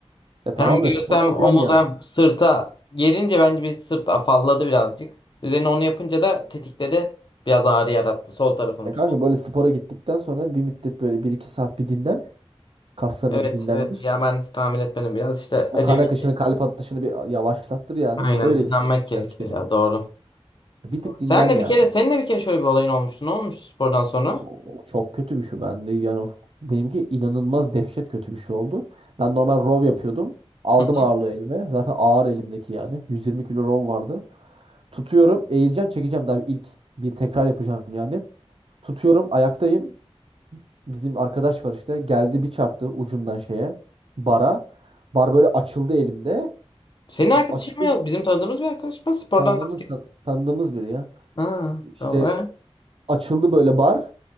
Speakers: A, on the right; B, on the left.
A: Ya tamam
B: Hem göğüs
A: da spor
B: hem
A: yapıyorsun
B: omuz
A: nihayet.
B: hem sırta gelince bence bir sırt afalladı birazcık. Üzerine onu yapınca da tetikledi. Biraz ağrı yarattı sol tarafım.
A: Ya kanka böyle spora gittikten sonra bir müddet böyle bir iki saat bir dinlen. Kaslarını
B: Evet
A: bir dinlendir.
B: evet ya ben tahmin etmedim biraz işte
A: O
B: acemi
A: kan akışını, kalp atışını bir yavaşlattır yani.
B: aynen
A: Öyle
B: dinlenmek
A: bir çık dışarı
B: gerekiyor
A: çıkacaksın.
B: ya doğru.
A: Bir tık
B: Senle
A: dinlen yani.
B: bir kere seninle bir kere şöyle bir olayın olmuştu. Ne olmuştu spordan sonra?
A: O, o çok kötü bir şey bende. Yani o- benimki inanılmaz dehşet kötü bir şey oldu. Ben normal rov yapıyordum. Aldım
B: Hı hı.
A: ağırlığı elime. Zaten ağır elimdeki yani. 120 kilo rov vardı. Tutuyorum, eğileceğim, çekeceğim daha ilk bir tekrar yapacağım yani. Tutuyorum, ayaktayım. Bizim arkadaş var işte. Geldi bir çarptı ucundan şeye. Bara. Bar böyle açıldı elimde.
B: Senin arkadaşın
A: Açıldı
B: mı yok? Bizim tanıdığımız bir arkadaş mı? Spordan
A: tanıdığımız
B: basket.
A: tan- tanıdığımız biri ya.
B: Ha,
A: İşte
B: tamam. evet.
A: açıldı böyle bar.